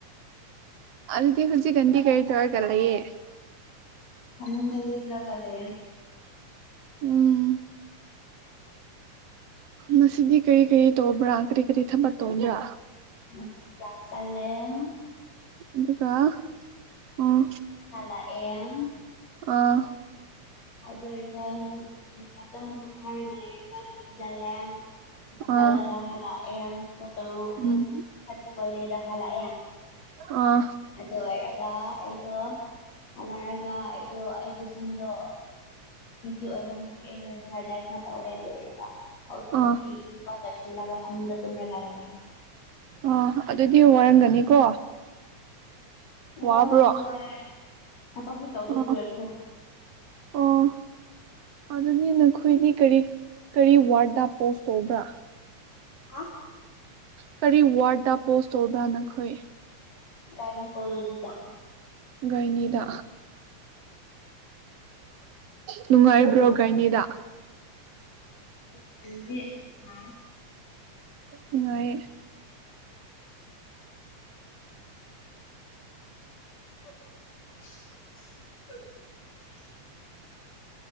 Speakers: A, on the right; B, on the left.
A: ꯑꯗꯨꯗꯤ ꯍꯨꯖꯤꯛꯀꯥꯟꯗꯤ ꯀꯔꯤ ꯇꯧꯔꯒ ꯂꯩꯌꯦ
B: ꯐꯃꯨꯡꯗ ꯂꯦꯞꯂꯒ ꯂꯩꯌꯦ
A: ꯎꯝ ꯃꯁꯤꯗꯤ ꯀꯔꯤ ꯀꯔꯤ ꯇꯧꯕ꯭ꯔꯥ ꯀꯔꯤ ꯀꯔꯤ ꯊꯕꯛ ꯇꯧꯕ꯭ꯔꯥ
B: ꯉꯁꯤꯞ ꯗꯥꯁ ꯆꯥꯂꯦꯝ
A: ꯑꯗꯨꯒ ꯎꯝ
B: ꯍꯜꯂꯛ ꯑꯦꯡ
A: ꯑꯥ
B: ꯑꯗꯨꯑꯣꯏꯔꯒ ꯅꯤꯍꯥꯇꯪ ꯄꯣꯠꯊꯥꯔꯒ ꯂꯩꯔꯒ ꯗ꯭ꯌꯨꯇꯤ ꯆꯠꯂꯦ <unintelligible> ꯆꯠꯂꯒ
A: ꯑꯥ
B: ꯍꯜꯂꯛꯑꯦ ꯄꯨꯡ ꯇꯔꯨꯛ ꯄꯨꯡ
A: ꯎꯝ
B: ꯊꯥꯔꯇꯤ ꯋꯥꯏꯗꯩꯗ ꯍꯜꯂꯛꯑꯦ
A: ꯑꯥ
B: ꯑꯗꯨ ꯑꯣꯏꯔꯒ ꯑꯩꯗꯣ ꯍꯜꯂꯔꯒ ꯑꯩꯗꯣ ꯑꯩꯒꯤ ꯁꯝꯗꯣ ꯄꯤꯖꯤ ꯑꯣꯏꯃꯟꯕꯤꯒꯤ ꯑꯩꯩꯅ ꯍꯤꯌꯥꯔꯗꯥꯏ ꯈꯔ ꯇꯧꯋꯦ ꯑꯗꯨ ꯑꯣꯏꯔꯒ ꯍꯧꯖꯤꯛꯇꯤ
A: ꯑꯥ
B: ꯕ ꯂꯣꯏꯁꯤꯜꯂꯒ ꯐꯃꯨꯡꯗ ꯇꯨꯝꯔꯒ ꯂꯩꯌꯦ
A: ꯑꯣ ꯑꯗꯨꯗꯤ ꯋꯥꯔꯝꯒꯅꯤꯀꯣ ꯋꯥꯕ꯭ꯔꯣ
B: ꯋꯥꯕꯨꯗꯤ ꯋꯥꯏ ꯊꯕꯛꯇꯤ ꯇꯧꯗꯦ
A: ꯑꯣ
B: ꯑꯗꯨ ꯑꯣꯏꯔꯁꯨ
A: ꯑꯣ ꯑꯗꯨꯗꯤ ꯅꯈꯣꯏꯗꯤ ꯀꯔꯤ ꯀꯔꯤ ꯋꯥꯔꯗ ꯄꯣꯁ ꯇꯧꯕ꯭ꯔꯥ
B: ꯍꯥ
A: ꯀꯔꯤ ꯋꯥꯔꯗ ꯄꯣꯁ ꯇꯣꯕ꯭ꯔꯥ ꯅꯈꯣꯏ
B: ꯒꯥꯏꯅꯤꯀꯣꯂꯣꯖꯤꯗ
A: ꯒꯥꯏꯅꯤꯗ ꯅꯨꯡꯉꯥꯏꯕ꯭ꯔꯣ ꯒꯥꯏꯅꯤꯗ
B: <unintelligible> ꯅꯨꯉꯥꯏ
A: ꯅꯨꯡꯉꯥꯏꯌꯦ
B: <unintelligible>